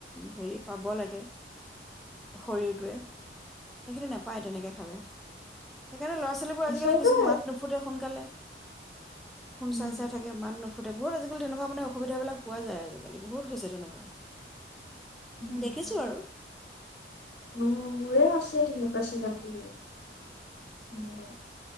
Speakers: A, in the centre; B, on the left.
A: হেৰি পাব লাগে শৰীৰটোৱে সেইখিনি নেপায় তেনেকে খালে। <unintelligible> ল'ৰা ছোৱালী বোৰ
B: আচলতে
A: আজিকালি <unintelligible> মাত নুফুটে সোনকালে। ফোন
B: উম
A: চাই চাই থাকে ইমান নুফ বহুত আজিকালি আসোবিধাবিলাক পোৱা যায় আজি কালি বহুত হৈছে তেনেকুৱা।
B: উম,
A: দেখিছো আৰু।
B: অ, মোৰে আছে তেনেকুৱা চিনাকি উম,